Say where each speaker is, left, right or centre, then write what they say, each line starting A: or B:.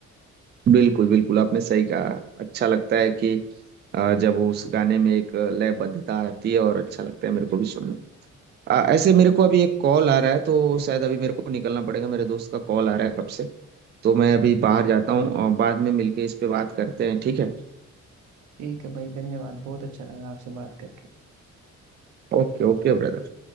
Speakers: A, on the right; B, on the right.
A: बिल्कुल बिल्कुल आपने सही कहा अच्छा लगता है कि अ, जब वो उस गाने में एक लयबद्धता आती है और अच्छा लगता है मेरे को भी सुनना अ, ऐसे मेरे को अभी एक कॉल आ रहा है तो शायद अभी मेरे को निकलना पड़ेगा मेरे दोस्त का कॉल आ रहा है कब से तो मैं अभी बाहर जाता हूँ और बाद में मिलके इस पे बात करते हैं ठीक है
B: ठीक है भाई धन्यवाद बहुत अच्छा लगा आपसे बात करके
A: Okay okay brother